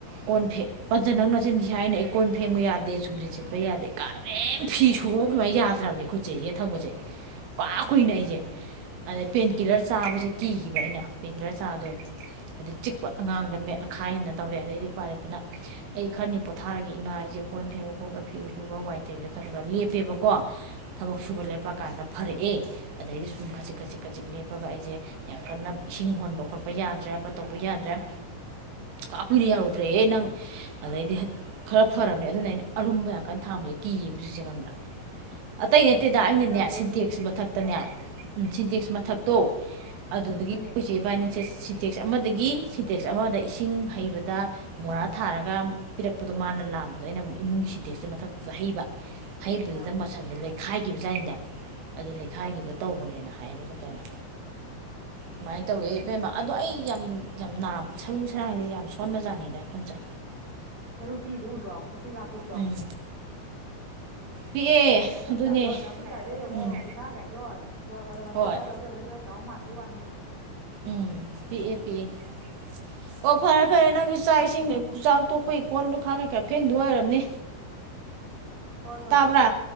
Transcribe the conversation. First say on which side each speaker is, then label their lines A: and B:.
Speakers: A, on the right; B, on the right.
A: ꯀꯣꯟ ꯄꯟꯖ ꯅꯪꯅ ꯁꯤꯟꯊꯤ ꯍꯥꯏꯅ ꯑꯩ ꯀꯣꯟ ꯐꯦꯡꯕ ꯌꯥꯗꯦ ꯁꯨꯝꯖꯤꯠ ꯁꯤꯠꯄ ꯌꯥꯗꯦ ꯀꯔꯤꯝ ꯐꯤ ꯁꯨꯕꯣ ꯀꯨꯃꯥꯏꯅ ꯌꯥꯗ꯭ꯔꯕꯅꯤ ꯈꯨꯠꯁꯦ ꯌꯦꯠ ꯊꯪꯕꯁꯦ ꯀꯥ
B: ꯎꯝ
A: ꯀꯨꯏꯅ ꯑꯩꯁꯦ ꯑꯗꯩ ꯄꯦꯟꯀꯤꯂꯔ ꯆꯥꯕꯁꯦ ꯀꯤꯕ ꯑꯩꯅ ꯄꯦꯟꯀꯤꯂꯔ ꯆꯥꯗꯣꯏꯦ ꯑꯗꯩ ꯆꯤꯛꯄ ꯑꯉꯥꯡꯗ ꯃꯦꯠꯈꯥꯏ ꯍꯟꯗꯤ ꯇꯧꯔꯦ ꯑꯗꯩꯗꯤ ꯎꯄꯥꯏ ꯂꯩꯇꯅ ꯑꯩ ꯈꯔꯅꯤ ꯄꯣꯊꯥ <unintelligible> ꯀꯣꯟ ꯐꯦꯡꯕ ꯈꯣꯠꯄ ꯐꯤꯌꯨ ꯆꯨꯕ ꯋꯥꯏ ꯇꯩꯕꯗ ꯈꯔ ꯈꯔ ꯂꯦꯞꯄꯦꯕꯀꯣ ꯊꯕꯛ ꯁꯨꯕ
B: ꯎꯝ
A: ꯂꯦꯞꯄꯑꯀꯥꯟꯗ ꯐꯔꯛꯑꯦ ꯑꯗꯩꯗꯤ ꯁꯨꯝ ꯈꯖꯤꯛ ꯈꯖꯤꯛ ꯈꯖꯤꯛ ꯂꯦꯞꯄꯦ ꯑꯗꯨꯒ ꯑꯩꯁꯦ ꯌꯥꯝ ꯀꯟꯅ ꯏꯁꯤꯡ ꯍꯣꯟꯕ ꯈꯣꯠꯄ ꯌꯥꯗ꯭ꯔꯦ ꯑꯃ ꯇꯧꯕ ꯌꯥꯗ꯭ꯔꯦ ꯑꯣꯈꯥꯛꯀꯨꯏꯅ ꯌꯥꯔꯨꯗ꯭ꯔꯦꯍꯦ ꯅꯪ ꯑꯗꯩꯗꯤ ꯈꯔ ꯐꯔꯕꯅꯦ ꯑꯗꯨꯅ ꯑꯩꯅ ꯑꯔꯨꯝꯕ ꯌꯥꯝ ꯀꯟꯅ ꯊꯥꯡꯕꯁꯦ ꯀꯤꯕ ꯆꯁꯦ ꯈꯪꯕ꯭ꯔꯥ ꯑꯇꯩ ꯅꯠꯇꯦꯗ ꯑꯩꯅꯅꯦ
B: ꯇꯧꯔꯣꯅꯦ
A: ꯁꯤꯟꯇꯦꯛꯁ
B: ꯑꯗꯨꯗꯤ
A: ꯃꯊꯛꯇꯅꯦ ꯎꯝ ꯁꯤꯟꯇꯦꯛꯁ
B: ꯎꯝ
A: ꯃꯊꯛꯇꯣ ꯑꯗꯨꯗꯒꯤ
B: ꯍꯣꯏꯅꯦ
A: ꯈꯣꯏ ꯆꯦꯕꯅꯤ ꯁ ꯁꯤꯟꯇꯦꯛꯁ ꯑꯃꯗꯒꯤ ꯁꯤꯟꯇꯦꯛꯁ ꯑꯃꯗ ꯏꯁꯤꯡ ꯍꯩꯕꯗ ꯃꯣꯔꯥ ꯊꯥꯔꯒ ꯄꯤꯔꯛꯄꯗ ꯃꯥꯅ ꯂꯥꯛꯕ ꯑꯩꯅ ꯃꯨꯛ ꯏꯃꯨꯡꯒꯤ ꯁꯤꯇꯦꯛꯁꯁ ꯃꯊꯛꯇꯨꯗ ꯍꯩꯕ ꯍꯩꯕꯗꯨꯗ
B: ꯑꯥ
A: ꯃꯁꯟꯁꯦ ꯂꯩꯈꯥꯏꯈꯤꯕ ꯖꯥꯏꯅꯤꯗ ꯑꯗꯨ ꯂꯩꯈꯥꯏꯈꯤꯕ
B: ꯎꯝ
A: ꯇꯧꯕꯅꯦꯅ ꯍꯥꯏꯌꯦꯕ ꯗꯣꯛꯇꯔꯅ ꯑꯗꯨꯃꯥꯏꯅ ꯇꯧꯋꯤ ꯏꯕꯦꯝꯃ ꯑꯗꯣ ꯑꯩ ꯌꯥꯝ ꯌꯥꯝ ꯅꯥꯝ ꯁꯔꯨ ꯁꯔꯥꯡꯁꯤ ꯌꯥꯝ ꯁꯣꯟꯕ ꯖꯥꯠꯅꯤꯗ ꯄꯟꯖ
B: ꯁꯔꯨ ꯄꯤꯛꯏꯗꯣ ꯎꯗ꯭ꯔꯣ ꯈꯨꯄꯤꯛ ꯂꯥꯄꯤꯛꯇꯣ
A: ꯎꯝ ꯄꯤꯛꯑꯦ
B: ꯅꯥꯈꯨꯠ
A: ꯑꯗꯨꯅꯦ
B: ꯀꯥꯏꯗꯣ ꯅꯥꯐꯨꯠ ꯀꯥꯏꯗꯣ ꯌꯦꯡꯉꯣ
A: ꯎꯝ
B: ꯈꯨꯠꯁꯥ ꯀꯥꯏꯗꯣ ꯇꯦꯡꯊꯣꯔꯛꯄ ꯔꯛꯄꯗ ꯃꯇꯣꯡ
A: ꯍꯣꯏ
B: ꯈꯔ ꯌꯥꯎꯖꯕꯦ ꯈꯔ ꯆꯥꯎ ꯃꯥꯟꯕꯩ ꯋꯥꯅꯤꯌꯦ
A: ꯎꯝ ꯄꯤꯑꯦ ꯄꯤꯛꯑꯦ ꯑꯣ ꯐꯔꯦ ꯐꯔꯦ ꯅꯪꯁꯨ ꯆꯥꯛ ꯏꯁꯤꯡꯅꯆꯥꯛ ꯑꯩꯈꯣꯏꯒꯤ ꯀꯣꯜ ꯂꯨꯈꯥꯛ ꯀꯩ ꯀ ꯐꯦꯡꯗꯧ ꯑꯣꯏꯔꯝꯅꯤ
B: ꯍꯣꯏ ꯍꯣꯏ
A: ꯇꯥꯕ꯭ꯔꯥ
B: ꯍꯣꯏ